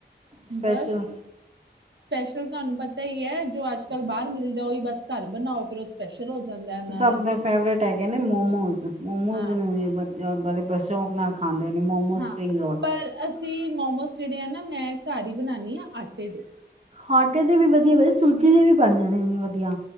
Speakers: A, on the right; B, on the right.
A: ਸਪੈਸ਼ਲ
B: ਬਸ ਸਪੈਸ਼ਲ ਤੁਹਾਨੂੰ ਪਤਾ ਈ ਐ, ਜੋ ਅੱਜ-ਕੱਲ੍ਹ ਬਾਰ ਮਿਲਦੇ ਉਈ ਬਸ ਘਰ ਬਨਾਓ ਫਿਰ ਉਸ ਸਪੈਸ਼ਲ ਹੋ ਜਾਂਦੈ ਇਨਾਂ
A: ਸਭ
B: ਦਾ।
A: ਦੇ ਫੇਵਰੇਟ ਹੈਗੇ ਨੇ ਮੋਮੋਜ਼-ਮੋਮੋਜ਼
B: ਨਾ
A: ਨੂੰ ਵੀ ਬ ਬੜੇ ਬ ਸ਼ੌਕ ਨਾਲ ਖ ਖਾਂਦੇ ਨੇ ਮੋਮੋਸ,
B: ਹਾਂ
A: ਸਪਰਿੰਗ ਰੋਲ
B: ਪਰ ਅਸੀਂ ਮੋਮੋਸ ਜੇੜੇ ਆ ਨਾ, ਮੈਂ ਘਾਰ ਈ ਬਨਾਦੀ ਆਂ ਆਟੇ ਦੇ।
A: ਆਟੇ ਦੇ ਵੀ ਵਧੀਆ ਬਨਦੇ ਸੂਜੀ ਦੇ ਵੀ ਬਣ ਜਾਂਦੇ ਨੇ ਵਧੀਆ।